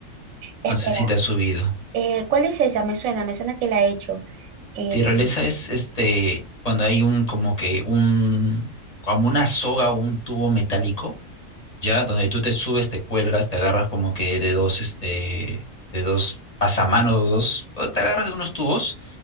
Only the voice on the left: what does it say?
No sé si te has subido.
Tirolesa es este cuando hay un como que un como una soga o un tubo metálico, ya donde tú te subes, te cuelgas, te agarras como que de dos este de dos pasamanos, o dos, o te agarras de unos tubos